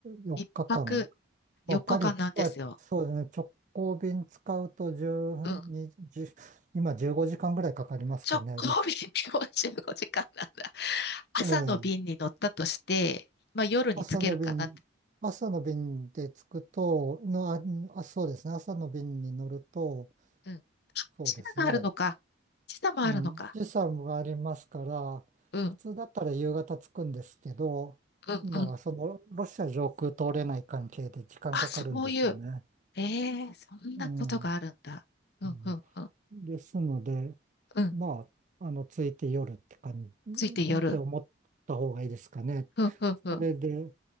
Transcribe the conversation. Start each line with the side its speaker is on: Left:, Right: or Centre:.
Right: 4日間。
Left: 一泊
Right: まあパリ来た、
Left: 4日間なんですよ。
Right: そうですね、直行便使うと12時、
Left: うん。
Right: じゅ今15時間ぐらいかかりますかね。
Left: 直行便45時間なんだ。
Right: ロス
Left: 朝の便に乗ったとして、
Right: ええ、
Left: まあ夜につけるかなって。
Right: 朝の便、朝の便で着くと、の、あ、あそうですね、朝の便に乗ると、
Left: うん。あ
Right: そうですね。
Left: 時差があるのか。時差もあるのか。
Right: うん、時差もありますから、
Left: うん、
Right: 普通だったら夕方着くんですけど、
Left: うん、
Right: 今はそのロシア上空通れない関係で時間かかるんですよね。
Left: うん。あ、そういう。ええそんなことがあるんだ。
Right: うん。
Left: うん、
Right: うん
Left: うん、うん。
Right: ですので、
Left: うん。
Right: まあ、あの、着いて夜って感じ、
Left: ついて夜。
Right: って思った方がいいですかね。
Left: うん、うん、うん。
Right: それで、